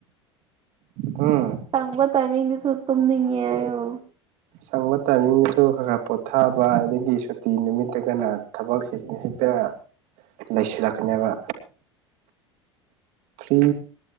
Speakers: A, on the right (about 55°); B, on the right (about 30°).
A: ꯎꯝ
B: ꯁꯪꯕ ꯇꯥꯝꯃꯤꯡ ꯗꯨꯁꯨ ꯇꯨꯝꯅꯤꯉꯦ ꯍꯥꯏꯌꯣ
A: ꯁꯪꯕ ꯇꯥꯏꯃꯤꯡꯗꯁꯨ ꯈꯔ ꯈꯔ ꯄꯣꯊꯥꯕ ꯑꯗꯒꯤ ꯁꯨꯇꯤ ꯅꯨꯃꯤꯠꯇꯒꯅ ꯊꯕꯛ ꯍꯦꯛ ꯈꯔ ꯅꯩꯁꯤꯜꯂꯛꯀꯅꯦꯕ ꯐ꯭ꯔꯤ